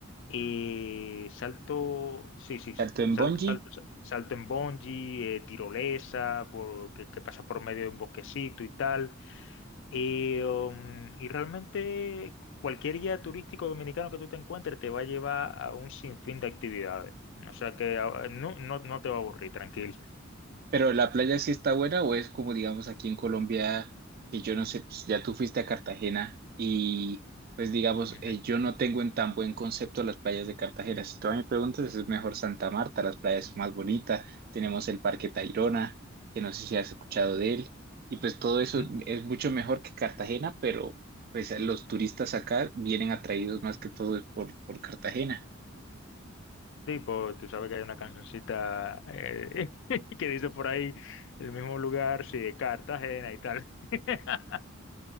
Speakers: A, on the left; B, on the right.
A: eh, salto, sí, sí, sí.
B: ¿Salto en
A: Salto,
B: bungee?
A: salto, salto en bungee, eh, tirolesa, por- que, que pasa por medio de un bosquecito y tal. Eh, um, y realmente cualquier guía turístico dominicano que tú te encuentres te va a llevar a un sinfín de actividades. O sea que ah, no, no, no te va a aburrir, tranquilo.
B: Pero la playa sí está buena o es como digamos aquí en Colombia, que yo no sé, pues ya tú fuiste a Cartagena y pues digamos,
A: Ujú.
B: eh, yo no tengo en tan buen concepto las playas de Cartagena. Si tú a mí me preguntas, es mejor Santa Marta, las playas son más bonitas, tenemos el Parque Tayrona, que no sé si has escuchado de él, y pues todo eso
A: Ujú.
B: es mucho mejor que Cartagena, pero pues los turistas acá vienen atraídos más que todo es por, por Cartagena.
A: Sí, pues tú sabes que hay una cancioncita eh, <laughs> que dice por ahí el mismo lugar, sí, de Cartagena y tal. <laughs>